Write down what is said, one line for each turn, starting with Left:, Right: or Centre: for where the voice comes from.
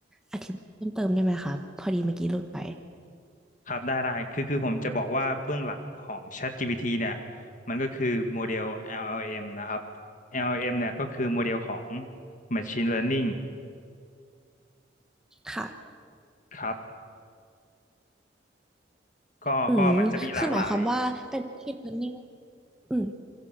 Centre: อธิบายเพิ่มเติมได้ไหมคะพอดีเมื่อกี้หลุดไป
Left: ครับได้ได้คือคือผมจะบอกว่าเบื้องหลังของ ChatGPT เนี่ยมันก็คือโมเดล LLM นะครับ LLM เอ็มเนี่ยก็คือโมเดลของ Machine Learning
Centre: ค่ะ
Left: ครับก็ก็มันจะมีหลากหลาย
Centre: อืมคือหมายความว่าเป็น machine learning อืม